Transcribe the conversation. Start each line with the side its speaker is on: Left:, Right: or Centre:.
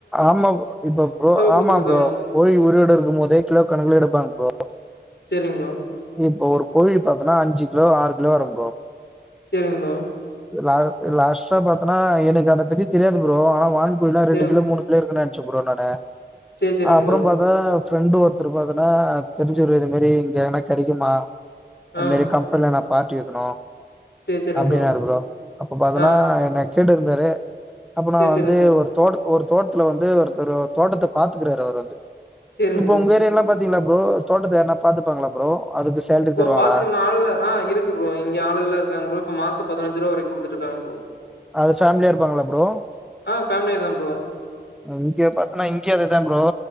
Centre: ஆமா இப்ப ப்ரோ
Left: குடுத்துட்டுருக்காங்களா?
Centre: ஆமா ப்ரோ கோழி உயிரோடஎடுக்கும் போதே கிலோ கணக்கல எடுப்பாங்க ப்ரோ
Left: சரிங்க ப்ரோ,
Centre: இப்ப ஒரு கோழி பாத்தனா அஞ்சு கிலோ ஆறு கிலோ வரும் ப்ரோ
Left: செரிங்க ப்ரோ
Centre: லாஸ் லாஸ்ட்டா பாத்தனா எனக்கு அத பத்தி தெரியாது ப்ரோ ஆனா வான்கோழி ஃப்ரிட்ஜ்ல
Left: சரிங்
Centre: மூணு ப்ளேயர் ருக்னே சுப்ரனோட
Left: சரி, சரிங்க
Centre: அப்ரோ
Left: ப்ரோ.
Centre: பாத்தா ஃப்ரெண்டு் ஒருத்தர் பாத்தன்னா தெரிஞ்சிவ்ரு இது மேரி இங்க என்னா கெடைக்குமா இத்
Left: ஆ,
Centre: மேரி கம்பன்லா நாப் பார்ட்டி இருக்ணோ
Left: சரி, சரிங்க
Centre: அப்டின்னாரு ப்ரோ அப்ப பாத்தன்னா
Left: ஆ,
Centre: என்க் கேட்டு இருந்தாரு அப்ப நா
Left: சரி, சரிங்க
Centre: வந்து
Left: ப்ரோ,
Centre: ஒரு தோட்டக் ஒரு தோட்த்ல வந்து ஒருத்தர் தோட்டத்த பாத்துக்றாரு அவர் வந்து
Left: சரிங்க
Centre: இப்போ
Left: ப்ரோ.
Centre: உங்க ஏரியா லாம் பாத் த்தீங்ளா ப்ரோ தோட்டத்த யார்னா பாத்துப்பாங்ளா ப்ரோ அதுக்கு சேலரி
Left: இப்போ
Centre: தருவாங்களா?
Left: பாத்ரிக்க ஆளு இல்ல ஆ இருக்கு ப்ரோ இங்க ஆளுகள்ல இருக்காங்க ப்ரோ இப்ப மாஸம் பதிதினஞ்சு ரூபா வரைக்கும் குடுத்துட்ருக்காங்க ப்ரோ
Centre: அது ஃபேம்லியா இருப்பாங்ளா ப்ரோ
Left: ஆ ஃபேம்லி தான் ப்ரோ
Centre: இங்க பாத்தன்னா இங்கியும் அதுதான் ப்ரோ